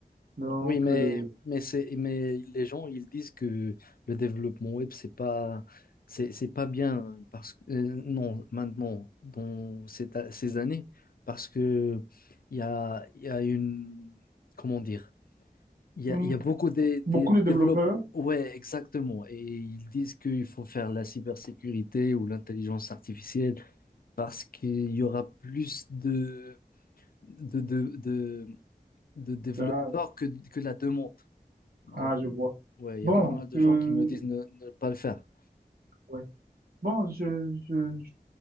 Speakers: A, on the right; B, on the left.
A: Donc,
B: Oui, mais,
A: euh,
B: mais, c'est, mais les gens, ils disent que le développement web, c'est pas, c'est, c'est pas bien parce que, euh, non, maintenant, dans cette a- ces années, parce que il y a, il y a une, comment dire, Il y
A: hum,
B: a, il y a beaucoup de,
A: beaucoup
B: de
A: de développeurs.
B: développeurs. Ouais, exactement. Et ils disent qu'il faut faire la cybersécurité ou l'intelligence artificielle parce qu'il y aura plus de, de, de, de- de développeurs
A: Ah,
B: que, que la demande. Donc,
A: ah, je vois.
B: ouais, il
A: Bon,
B: y a pas mal de
A: euh,
B: gens qui me disent ne, ne pas le faire.
A: ouais. Bon, je, je,